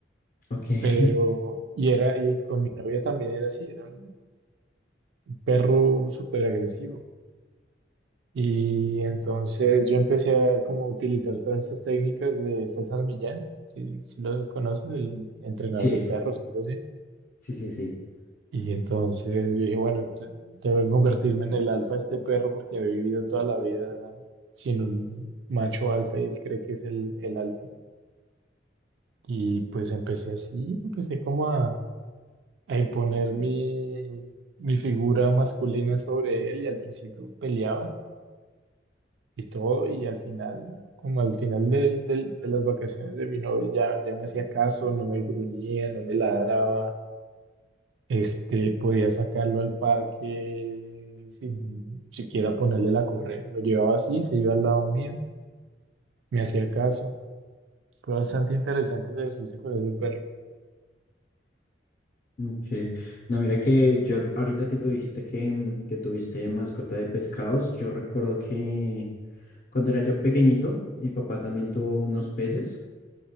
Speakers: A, on the left; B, on the right.
A: Ok, <laughs>
B: pero, y era, y con mi novia también era así, era un perro súper agresivo. Y entonces yo empecé a como utilizar todas estas técnicas de César Millán, si, si lo conoces, el entrenador
A: sí,
B: de perros, algo así.
A: sí, sí, sí.
B: Y entonces yo dije, bueno, te- debo convertirme en el alfa de este perro porque ha vivido toda la vida sin un macho alfa y él cree que es el, el alfa. Y pues empecé así, empecé como a, a imponer mi, mi figura masculina sobre él y al principio peleaba y todo y al final, como al final del- del- de, las vacaciones de mi novia ya, ya me hacía caso, no me gruñía, no me ladraba Este, podía sacarlo al parque sin siquiera ponerle la correa. Lo llevaba así, se iba al lado mío, me hacía caso. Fue bastante interesante ese ejercicio con ese perro.
A: Ok. No, mira que yo ahorita que tú dijiste que, mm, que tuviste mascota de pescados, yo recuerdo que cuando era yo pequeñito, mi papá también tuvo unos peces